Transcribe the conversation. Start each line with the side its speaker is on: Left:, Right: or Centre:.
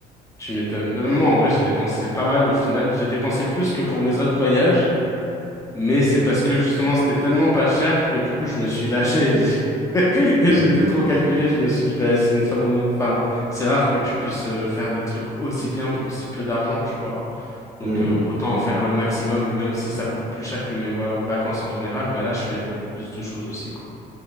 Left: tu m'étonnes. Bah, Même moi, en vrai, j'ai dépensé pas mal au final. J'ai dépensé plus que pour mes autres voyages, mais c'est parce que justement, c'était tellement pas cher que du coup, je me suis lâché. <laughs> J'ai et
Right: Oui,
Left: j'ai plus trop calculé. Je me suis dit, bah, c'est une fois dans... Enfin, c'est rare que tu puisses euh, faire des trucs aussi bien pour si peu d'argent, tu vois. Donc
Right: oui,
Left: euh, autant
Right: oui.
Left: en faire le maximum, même si ça me coûte plus cher que mes va- vacances en général, bah là je fais beaucoup plus de choses aussi, quoi.